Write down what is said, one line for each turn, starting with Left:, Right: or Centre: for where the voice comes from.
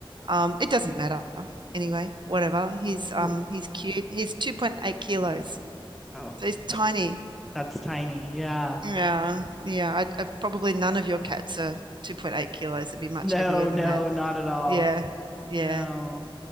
Right: um it doesn't matter anyway, whatever. He's
Centre: R-
Right: um he's cute. He's 2.8 kilos.
Centre: Oh,
Right: So he's tiny.
Centre: that's that's tiny. Yeah.
Right: Yeah. Yeah, I, I probably none of your cats are 2.8 kilos. It'd be much
Centre: No,
Right: heavier than
Centre: no,
Right: that.
Centre: not at all.
Right: Yeah. Yeah.
Centre: No.